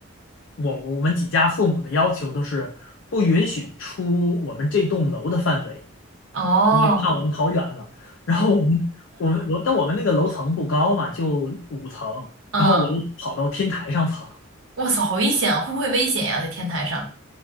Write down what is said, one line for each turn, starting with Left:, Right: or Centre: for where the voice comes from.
Left: 我我们几家父母的要求都是不允许出我们这栋楼的范围，
Right: 哦，
Left: 因为怕我们跑远了。然后我们我们我，但我们那个楼层不高嘛，就五层，
Right: 嗯，
Left: 然后我就跑到天台上 <laughs> 藏。
Right: 哇塞，好危险啊！会不会危险呀、在天台上？